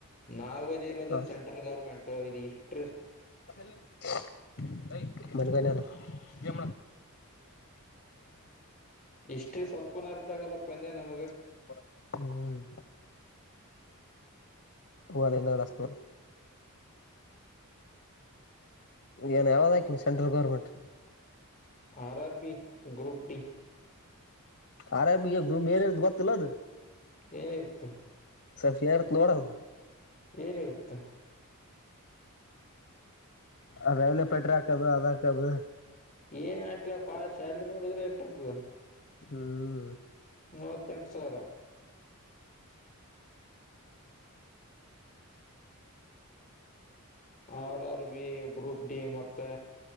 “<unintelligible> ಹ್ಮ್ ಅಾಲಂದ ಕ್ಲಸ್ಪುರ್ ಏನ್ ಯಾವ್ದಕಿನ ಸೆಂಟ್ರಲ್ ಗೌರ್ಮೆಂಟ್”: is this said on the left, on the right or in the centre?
Left